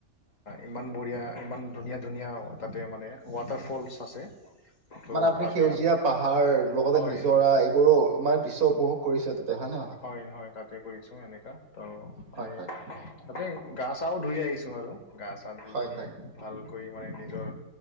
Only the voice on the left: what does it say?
ইমান বঢ়িয়া, ইমান ধুনীয়া ধুনীয়া তাতে মানে ৱাটাৰফলছ আছে। ত'
তাতে
হয়
হয়
হয় হয় তাতে কৰিছো এনেকা ত'
এই।
তাতেই গা চাও ধুই আহিছো আৰু গা চা ধুই
কিনি
ভালকৈ মানে নিজৰ